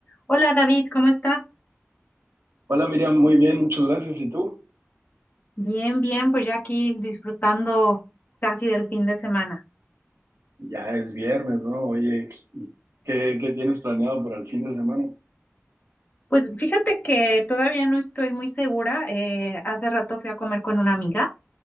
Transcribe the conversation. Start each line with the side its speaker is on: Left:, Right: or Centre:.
Left: Hola David, ¿cómo estás?
Right: Hola Miriam, muy bien, muchas gracias. ¿Y tú?
Left: Bien, bien, pues ya aquí disfrutando casi del fin de semana.
Right: Ya es viernes, ¿no? Oye, ¿y ¿qué, qué tienes planeado para el fin de semana?
Left: Pues fíjate que todavía no estoy muy segura. eh, hace rato fui a comer con una amiga,